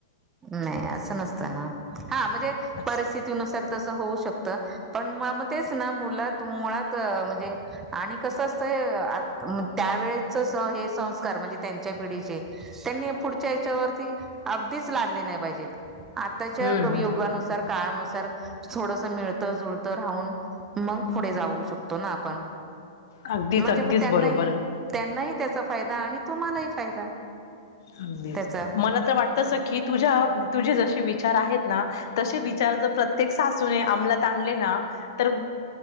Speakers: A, on the right; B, on the left.
A: नाही असं नसत ना, हा म्हणजे
B: असं
A: परिस्थितीनुसार तस होऊ शकत, पण म तेच ना मु मुालात म्हणजे आणि कस असतय मगं त्यावेळेस चे हे संस्कार म्हणजे त्यांच्या पिढीचे त्यांनी पुढच्या हिच्यावर ती अगदी लागली नाही पाहिजेत आताच्या
B: हम्म हम्म
A: युगानुसार काळानुसार थोडस मिळत जुळत राहून मग पुढे जाऊ शकतो ना आपण
B: अगदीच
A: म्हणजे
B: अगदीच
A: मगं त्यांनाही
B: बरोबर
A: त्यांनाही त्याचा फायदा आणि तुम्हालाही फायदा
B: अगदीच
A: त्याचा
B: मला तर वाटतस की तुझ्या तुझे जसे विचार आहेत ना तसे विचार जर प्रत्येक सासूने आमलात आणले ना तर